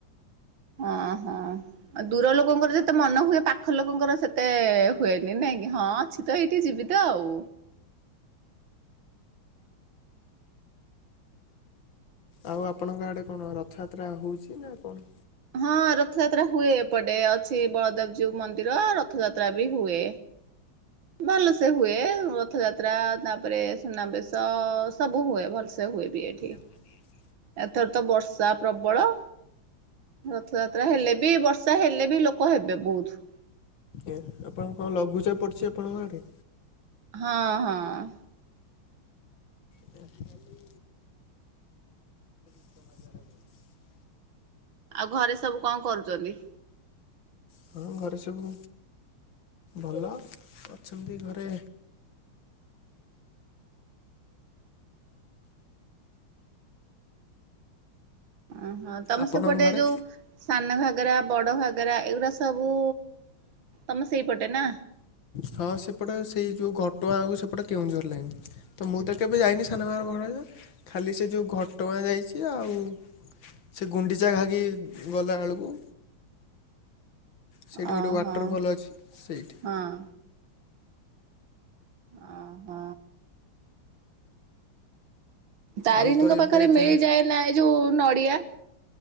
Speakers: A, on the right; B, on the left.
A: ହଁ ହଁ। ଦୂର ଲୋକଙ୍କର ଯେତେ ମନ ହୁଏ ପାଖ ଲୋକଙ୍କର ସେତେ ହୁଏନି ନାଇଁ କି ହଁଛି। ତ ଏଇଠି ଯିବି ତ ଆଉ।
B: ଆଉ ଆପଣଙ୍କ ଆଡ଼େ କଣ ରଥଯାତ୍ରା ହଉଛି ନା କଣ?
A: ହଁ ରଥଯାତ୍ରା ହୁଏ ଏପଟେ ଅଛି ବଳଦେବଜୀଉ ମନ୍ଦିର ରଥଯାତ୍ରା ବି ହୁଏ। ଭଲସେ ହୁଏ ରଥଯାତ୍ରା ତାପରେ ସୁନାବେଶ ସବୁ ହୁଏ, ଭଲସେ ହୁଏ ବି ଏଠି।
B: <unintelligible>
A: ଏଥର ତ ବର୍ଷା ପ୍ରବଳ। ରଥଯାତ୍ରା ହେଲେ ବି ବର୍ଷା ହେଲେ ବି ଲୋକ ହେବେ ବହୁତ।
B: ଆ ଆପଣ କଣ ଲଘୁଚାପ ପଡିଛି ଆପଣଙ୍କ ଆଡେ?
A: ହଁ ହଁ।
B: ଆଜି କାଲି <unintelligible>
A: ଆଉ ଘରେ ସବୁ କଣ କରୁଛନ୍ତି?
B: ହଁ ଘରେ ସବୁ ଭଲ ଅଛନ୍ତି ଘରେ।
A: ଓହୋ ତମେ
B: ଆପଣଙ୍କ
A: ସେପଟେ
B: ଘରେ?
A: ଯୋଉ ସାନ ଘାଗରା, ବଡ଼ ଘାଗରା ଏଗୁଡ଼ା ସବୁ ତମ ସେଇପଟେ ନା?
B: ହଁ ସେପଟେ ସେଇ ଯୋଉ ଘଟଆଁ ଆଗକୁ ସେପଟେ କେଉଁଝର ଲାଇନି। ତ ମୁଁ ତ କେବେ ଯାଇନି ସାନ ଘାଗରା ବଡ ଘାଗରା ଖାଲି ସେ ଯଉ ଘଟଗାଁ ଯାଇଛି ଆଉ ସେ ଗୁଣ୍ଡିଚା ଘାଗି ଗଲାବେଳକୁ ସେଇଠି
A: ଓହୋ
B: ଗୋଟେ ୱାଟରଫଲ୍ ଅଛି ସେଇଠି।
A: ହଁ। ଓ ହ। ତାରିଣୀଙ୍କ
B: ଆଉ ତ ଏବେ
A: ପାଖରେ
B: ଯାହା
A: ମିଳିଯାଏ ନା ଏ ଯୋଉ ନଡିଆ?